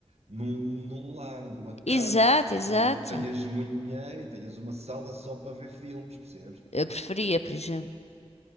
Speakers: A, on the right; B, on the left.
A: num, num lar, numa
B: exato,
A: casa, tem
B: exato.
A: que tenhas muito dinheiro e tenhas uma sala só para ver filmes, percebes?
B: Eu preferia, por exemplo,